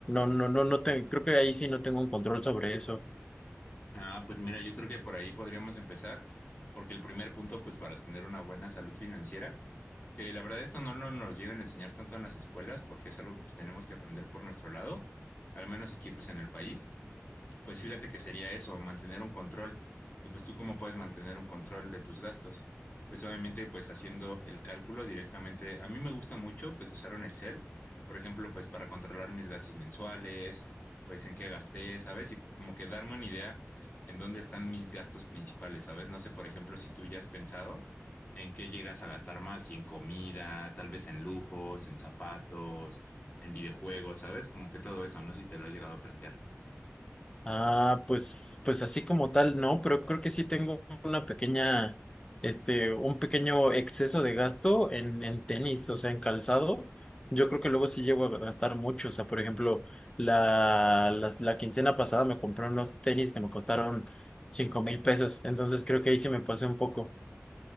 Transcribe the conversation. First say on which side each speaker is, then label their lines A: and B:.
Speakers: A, on the left; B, on the left.
A: no, no, no te- creo que ahí sí no tengo un control sobre eso.
B: Ah, pues mira, yo creo que por ahí podríamos empezar, porque el primer punto, pues para tener una buena salud financiera, que la verdad esto no, no nos llegan a enseñar tanto en las escuelas, porque es algo que pues, tenemos que aprender por nuestro lado, al menos aquí pues en el país. Pues fíjate que sería eso, mantener un control. Y pues tú cómo puedes mantener un control de tus gastos. Pues obviamente pues haciendo el cálculo directamente. A mí me gusta mucho pues usar un Excel, por ejemplo, pues para controlar mis gastos mensuales, pues en qué gasté, ¿sabes? Y po- como que darme una idea en dónde están mis gastos principales, ¿sabes? No sé, por ejemplo, si tú ya has pensado en qué llegas a gastar más, si en comida, tal vez en lujos, en zapatos, en videojuegos, ¿sabes? Como que todo eso, no sé si te lo has llegado a plantear.
A: Ah, pues, pues así como tal, no, pero creo que sí tengo una pequeña, este, un pequeño exceso de gasto en, en tenis, o sea, en calzado. Yo creo que luego sí llego a gastar mucho. O sea, por ejemplo, la, las- la quincena pasada me compré unos tenis que me costaron cinco mil pesos. Entonces creo que ahí sí me pasé un poco.